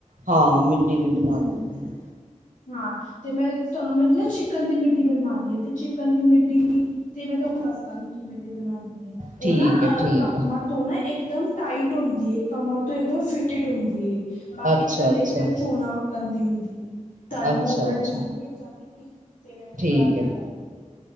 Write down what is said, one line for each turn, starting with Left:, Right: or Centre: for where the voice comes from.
Right: ਹਾਂ, ਮਿੱਡੀ ਵੀ ਬਣਾ ਦਿੰਦੀ ਆ।
Left: ਹਾਂ, ਤੇ ''ਮੈਂ ਤੁਹਾਨੂੰ ਮ ਨਾ ਚਿਕਨ ਦੀ ਮਿੱਡੀ ਬਣਵਾਣੀ ਆ, ਤੇ ਚਿਕਨ ਦੀ ਮਿੱਡੀ ਤੇ ''ਮੈਂ ਤੁਹਾਨੂੰ ਦੱਸ ਦਾਂਗੀ ਕਿਮੇਂ ਦੀ ਬਨਾਨੀ ਏ, ਉਹ
Right: ਠੀਕ
Left: ਨਾ
Right: ਹੈ
Left: ਅਹ
Right: ਠੀਕ
Left: ਕਮਰ
Right: ਹੈ
Left: ਤੋਂ ਨਾ ਇਕਦਮ ਟਾਈਟ ਹੁੰਦੀ ਏ, ਕਮਰ ਤੋਂ ਇਕਦਮ ਫਿਟਿਡ ਹੁੰਦੀ ਏ। ਬਾਕੀ
Right: ਅੱਛਾ
Left: ਥੱਲੇ
Right: ਅੱਛਾ
Left: ਫੇਰ ਚੋਨਾ ਵੱਕਨ ਦੀ ਹੁੰਦੀ ਏ। ਕਲ ਨੂੰ
Right: ਅੱਛਾ
Left: ਉਹ ਵਾਲਾ
Right: ਅੱਛਾ
Left: ਡਿਜ਼ਾਇਨ ਭੇਜਾਂਗੀ, ਤੇ ਮੈਂ ਕੱਪੜਾ
Right: ਠੀਕ
Left: ਆਪਣਾ
Right: ਹੈ
Left: ਲੈਵਾਂਗੀ।